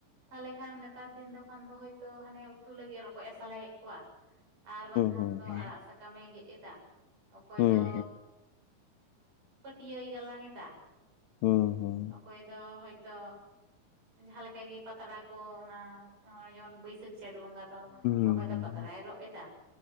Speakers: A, on the right; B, on the left.
A: ᱛᱟᱦᱞᱮ ᱠᱷᱟᱱ ᱱᱮᱛᱟᱨ ᱫᱤᱱ ᱫᱚ ᱠᱷᱟᱱ ᱫᱚ ᱦᱳᱭ ᱛᱚ ᱦᱟᱱᱮ ᱩᱛᱩ ᱞᱟᱹᱜᱤᱫ ᱨᱚᱠᱚᱡ ᱮ ᱥᱟᱞᱟᱭᱮᱫ ᱠᱚᱣᱟ ᱟᱨ ᱵᱟᱝ ᱠᱷᱟᱱ
B: ᱦᱩᱸ
A: ᱫᱚ
B: ᱦᱩᱸ
A: ᱟᱲᱟᱜ ᱥᱟᱠᱟᱢᱮ ᱜᱮᱫ ᱮᱫᱟ᱾ ᱚᱠᱚᱭ
B: ᱦᱩᱸ
A: ᱫᱚ ᱯᱟᱹᱴᱭᱟᱹᱭ ᱜᱟᱞᱟᱝ ᱮᱫᱟ᱾
B: ᱦᱩᱸ ᱦᱩᱸ ᱦᱩᱸ ᱦᱩᱸ
A: ᱚᱠᱚᱭ ᱫᱚ ᱦᱳᱭ ᱛᱚ ᱡᱟᱦᱟᱸ ᱞᱮᱠᱟ ᱜᱮ ᱯᱟᱛᱲᱟ ᱠᱚ ᱚᱱᱟ, ᱱᱚᱜ ᱚᱭ ᱡᱮᱢᱚᱱ ᱵᱟᱹᱭᱥᱟᱹᱠᱷ ᱡᱷᱮᱸᱴ ᱵᱚᱸᱜᱟ ᱛᱚ ᱚᱠᱚᱭ
B: ᱦᱩᱸ
A: ᱫᱚ
B: ᱦᱩᱸ ᱦᱩᱸ
A: ᱯᱟᱛᱲᱟᱭ
B: ᱦᱩᱸ
A: ᱨᱚᱜ ᱮᱫᱟ